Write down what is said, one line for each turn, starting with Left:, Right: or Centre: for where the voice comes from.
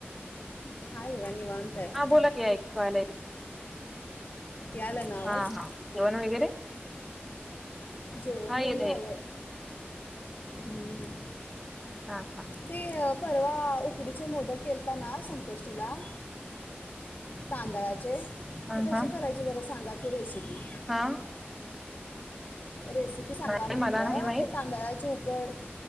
Left: हाय बघा निवांत आहे
Centre: हा बोला की ऐकू यायलय
Left: यायला ना आवाज
Centre: हा हा जेवण वगैरे
Left: जेवंन
Centre: हा येत
Left: तेन झालंय
Centre: आहे
Left: हम्म
Centre: हा
Left: ते अ परवा उकडीचे मोदक केलता ना संकष्टीला तांदळाचे
Centre: अ
Left: ते कसे
Centre: हा
Left: करायचे जरा सांगा की रेसिपी
Centre: हा
Left: रेसिपी सांगा
Centre: नाही
Left: म्हंटलं
Centre: मला नाही माहित
Left: ते तांदळाची उप कड